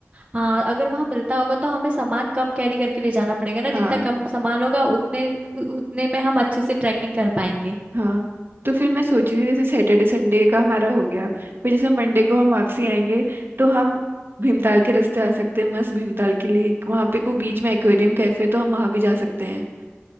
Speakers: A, on the right; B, on the right.
A: हाँ अगर वहां मिलता होगा तो हमें सामान कम कैरी करके ले जाना पड़ेगा ना जितना
B: हाँ
A: कम सामान होगा उतने उ- उतने में हम अच्छे से ट्रैकिंग कर पाएंगे
B: हाँ तो फिर मैं सोच रही थी जैसे सैटरडे संडे का हमारा हो गया फिर जैसे मंडे को हम वापसी आएंगे तो हम भीमताल के रास्ते आ सकते हैं मस्त भीमताल के लिए वहाँ पे कोई बीच में एक्वेरियम कैफे तो हम वहाँ भी जा सकते हैं